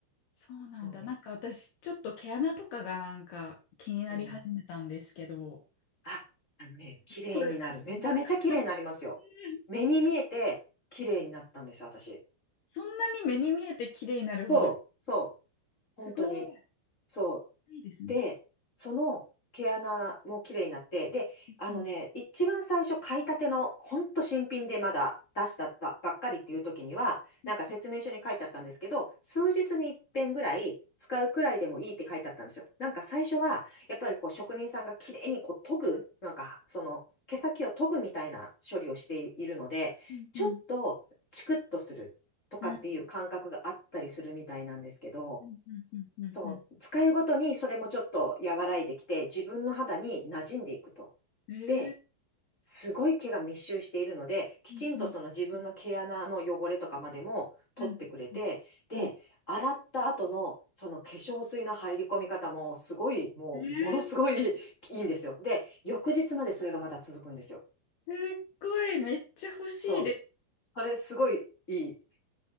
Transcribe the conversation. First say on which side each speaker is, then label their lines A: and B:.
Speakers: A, on the left; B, on the left.
A: そうなんだ。
B: そ
A: なんか私、ちょっと毛穴とかがなんか気になり始めたんですけど、
B: う。うん。あ、あのね、綺麗になる。
A: 取れたりしますか
B: めちゃめちゃ綺麗になりますよ。
A: <laughs>
B: 目に見えて綺麗になったんですよ、私。
A: そんなに目に見えて綺麗になるほど、
B: そう、そう。本当に。
A: すごい。
B: そう。
A: いいですね。
B: で、その毛穴も綺麗になって、で、あのね、
A: うん
B: 一番最初買いたての、ほんと新品でまだ出したばばっかりっていう時には、
A: うん
B: なんか説明書に書いてあったんですけど、数日に一遍ぐらい使うくらいでもいいって書いてあったんですよ。なんか最初は、やっぱりこう職人さんが綺麗にこう研ぐ、なんかその毛先を研ぐみたいな処理をしているので、
A: うん
B: ちょっとチクッとするとかっていう感覚があったりするみたいなんですけど、
A: うんうんうんうんうんうん
B: そう、使いごとにそれもちょっと和らいできて、自分の肌に馴染んでいくと。
A: うんえー
B: で、すごい毛が密集しているので、きちんとその自分の毛穴の汚れとかまでも取ってくれて、
A: うんうんうんうん
B: で、
A: うん
B: 洗った後のその化粧水の入り込み方もすごい、もうものすごい
A: えー
B: <laughs> いいんですよ。で、翌日までそれがまた続くんですよ。
A: すっごい、めっちゃ欲しいで
B: そう。それすごいいい。